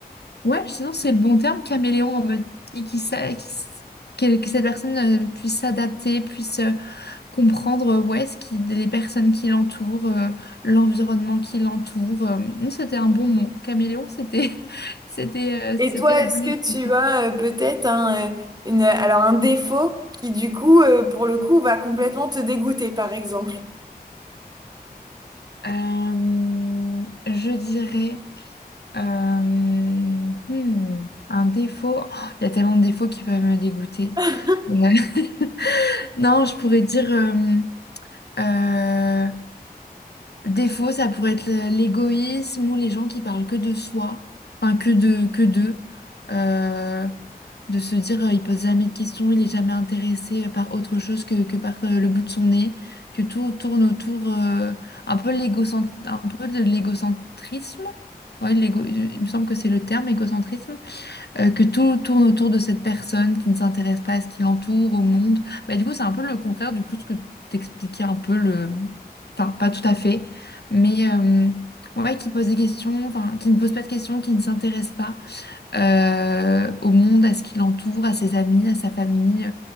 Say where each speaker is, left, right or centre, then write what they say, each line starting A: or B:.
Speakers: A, on the left; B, on the right.
A: Ouais, sinon c'est le bon terme, caméléon, en mode qui, qui, s'a- qui s- que, que cette personne euh, puisse s'adapter, puisse euh, comprendre euh, ouais, ce qui, les personnes qui l'entourent, euh, l'environnement qui l'entoure. euh. Mm, c'était un bon mot. Caméléon, c'était <laughs> c'était euh,
B: Et
A: c'était
B: toi,
A: la
B: est-ce
A: bonne
B: que
A: expression.
B: tu as euh, peut-être un, euh, une, alors un défaut qui du coup, euh, pour le coup, va complètement te dégoûter, par exemple?
A: Euh, je dirais. Euh, hmm, un défaut. Oh, il y a tellement de défauts qui peuvent me dégoûter.
B: <laughs>
A: Euh, <laughs> non, je pourrais dire euh, euh, Défaut, ça pourrait être le- l'égoïsme ou les gens qui parlent que de soi, enfin que de que d'eux, Euh, de se dire euh, il pose jamais de questions, il est jamais intéressé euh, par autre chose que, que par euh, le bout de son nez, que tout tourne autour euh, un peu l'égocent- un peu de l'égocentrisme. Ouais, l'égo, il me semble que c'est le terme, égocentrisme euh, que tout tourne autour de cette personne qui ne s'intéresse pas à ce qui l'entoure, au monde. Bah, du coup, c'est un peu le contraire du coup de ce que t'expliquais un peu le... Enfin, pas tout à fait, mais euh, ouais, qui pose des questions, enfin, qui ne pose pas de questions, qui ne s'intéresse pas euh, au monde, à ce qui l'entoure, à ses amis, à sa famille,